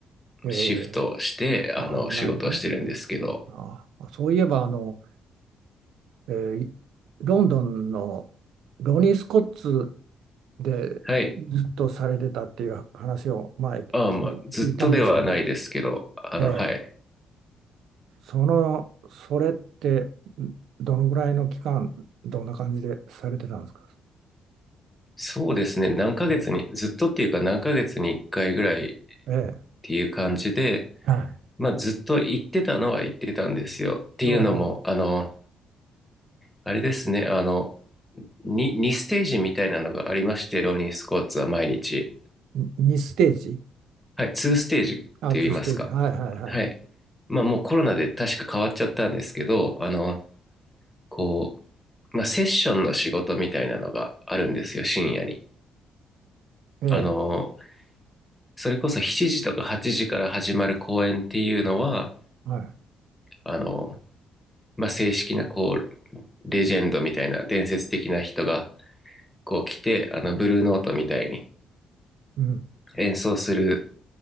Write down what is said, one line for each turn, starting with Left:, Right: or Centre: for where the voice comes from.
Right: え、ええ、
Centre: シフトして、あの、
Right: あ、オンラインね。
Centre: 仕事をしてるんですけど、
Right: あ、そういえば、あの、えーロンドンのロニー・スコッツで
Centre: はい。
Right: ずっとされてたっていう話を前聞聞いたんですけど、
Centre: ああ、まあずっとではないですけど、あの、
Right: ええ
Centre: はい。
Right: その、それってどのぐらいの期間、どんな感じでされてたんですか
Centre: そうですね。何ヶ月に、
Right: え
Centre: ずっとっていうか何ヶ月に1回ぐらいっ
Right: え、ええ
Centre: ていう感じで、
Right: はい。
Centre: まあ、ずっと言ってたのは言ってたんですよ。っていうのも、
Right: おお
Centre: あの、あれですね、あの、に2、にステージみたいなのがありまして、ローリンスコーツは毎日。
Right: う、2ステージ、
Centre: はい、2ステージって言いますか。
Right: あ、2ステージ、はいはいはい。
Centre: はい。まあもうコロナで確か変わっちゃったんですけど、あの、こう、まあセッションの仕事みたいなのがあるんですよ、深夜に。
Right: え
Centre: あの、それこそ7時とか8時から始まる公演っていうのは、
Right: え、はい。
Centre: あの、まあ正式なこう、レジェンドみたいな伝説的な人がこう来て、あの、ブルーノートみたいに
Right: うん、
Centre: 演奏する